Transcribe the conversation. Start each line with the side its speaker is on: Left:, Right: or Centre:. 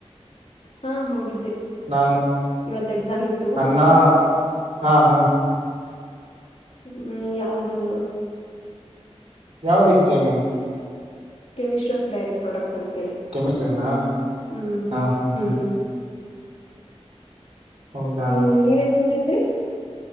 Left: ಹಾ ಹೋಗಿದ್ದೆ
Right: ನಾನು
Left: ಇವತ್ ಎಕ್ಸಾಮ್ ಇತ್ತು
Right: ಅನ್ನ ಹಾ ಹಾ
Left: ಹ್ಮ್ ಯಾವದು
Right: ಯಾವ್ದ exam
Left: chemistry of dairy products ಅಂತ ಹೇಳಿ
Right: ಕೆಮಿಸ್ಟ್ರಿನಾ
Left: ಹ್ಮ್
Right: ಹಾ ಹ್ಮ್
Left: ಹ್ಮ್್ಮ್
Right: ಹ್ಮ್ ಹೌದಾ
Left: ನ್ ನೀವನ್ ತಿಂದ್ರಿ ನ್ರಿ